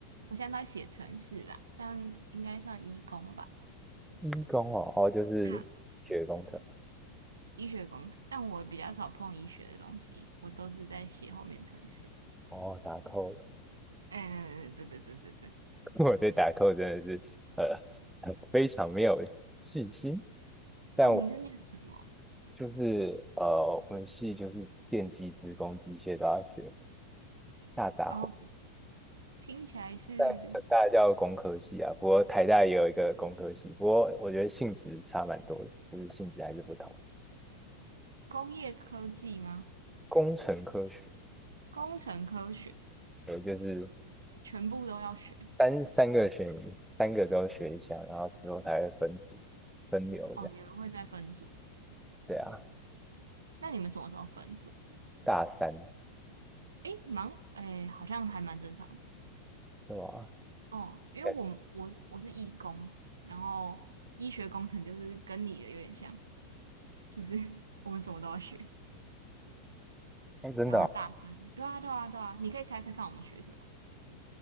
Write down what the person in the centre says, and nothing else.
医工哦，哦，就是学工程，
哦，打扣，<laughs>
我对打扣真的是呃 <laughs> 非常没有信心。但我。
就是呃，我们系就是电机、资工、机械都要学，大杂烩。
但成大叫工科系啊，不过台大也有一个工科系，不过我觉得性质差蛮多的，就是性质还是不同。
工程科学，
也就是
三三个选，三个都学一下，然后之后才会分组、分流这样。
对啊，
大三，
对吧？
感
哦，真的哦